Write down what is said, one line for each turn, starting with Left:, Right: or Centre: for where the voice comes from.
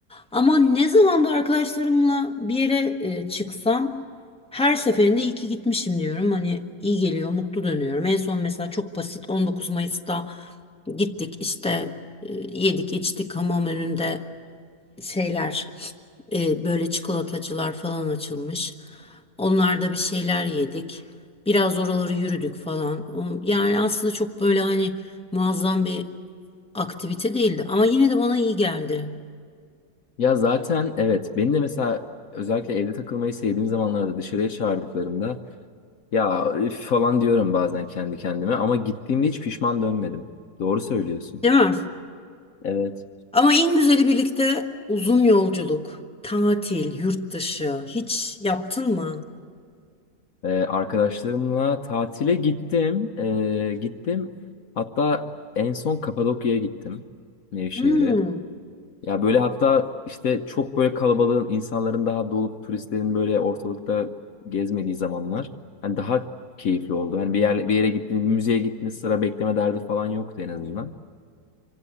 Centre: Ama ne zaman da arkadaşlarımla bir yere e, çıksam her seferinde iyi ki gitmişim diyorum. Hani iyi geliyor, mutlu dönüyorum. En son mesela çok basit 19 Mayıs'ta Gittik işte e, yedik içtik hamam önünde şeyler e, böyle çikolatacılar falan açılmış. Onlarda bir şeyler yedik. Biraz oraları yürüdük falan. O- Yani aslında çok böyle hani muazzam bir aktivite değildi ama yine de bana iyi geldi.
Left: Ya zaten evet beni de mesela özellikle evde takılmayı sevdiğim zamanlarda dışarıya çağırdıklarında ya üf falan diyorum bazen kendi kendime ama gittiğimde hiç pişman dönmedim. Doğru söylüyorsun.
Centre: Değil mi?
Left: Evet.
Centre: Ama en güzeli birlikte uzun yolculuk, tatil, yurt dışı hiç yaptın mı?
Left: Ee, arkadaşlarımla tatile gittim. Ee, gittim. Hatta en son Kapadokya'ya gittim. Nevşehir'e.
Centre: Hmm.
Left: Ya böyle hatta işte çok böyle kalabalığın, insanların daha dolup turistlerin böyle ortalıkta gezmediği zamanlar hani daha keyifli oldu. Hani bir yer bir yere gittiniz bir müzeye gittiniz sıra bekleme derdi falan yoktu en azından.